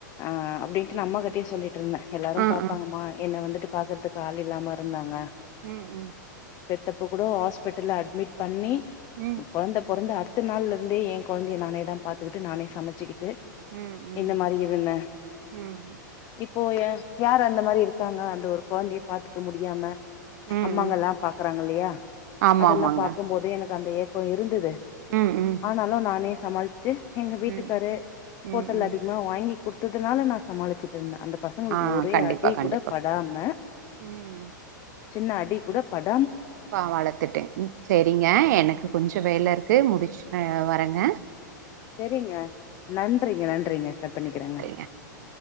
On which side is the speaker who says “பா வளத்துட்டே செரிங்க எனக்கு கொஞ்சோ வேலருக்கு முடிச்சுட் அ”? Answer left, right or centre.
Right